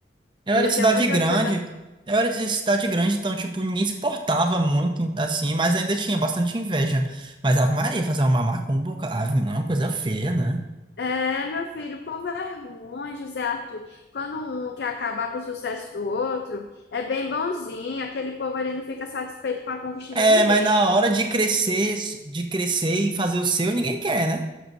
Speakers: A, on the right; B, on the left.
A: Eu
B: ainda
A: era de cidade
B: tenho muita
A: grande,
B: coisa.
A: eu era de cidade grande, então, tipo, ninguém se portava muito, assim, mas ainda tinha bastante inveja. Mas Ave Maria, fazer uma macumba, ave, não, é uma coisa feia, né?
B: É, meu filho, o povo é ruim, José Arthur. Quando um quer acabar com o sucesso do outro, é bem bonzinho. Aquele povo ali não fica satisfeito com a conquista
A: É,
B: de ninguém.
A: mas na hora de crescer, de crescer e fazer o seu, ninguém quer, né?